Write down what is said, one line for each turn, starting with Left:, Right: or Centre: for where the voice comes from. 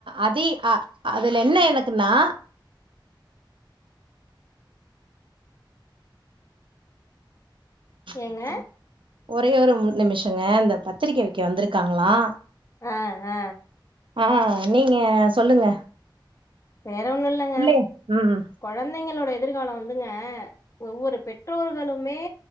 Right: அதி அ அதுல என்ன எனக்குனா
Left: ஏங்க
Right: பத்திரிக்கை ஒரே ஒரு ஒர் நிமிஷங்க இந்த பத்திரிக்க வைக்க வந்திருக்காங்களா
Left: ஆ ஆ
Right: ஆ நீங்க சொல்லுங்க
Left: வேற ஒண்ணு இல்லங்க
Right: பிள்ளைய ம்
Left: கொழந்தைங்களோட எதிர்காலோ வந்துங்க ஒவ்வொரு பெற்றோர்களுமே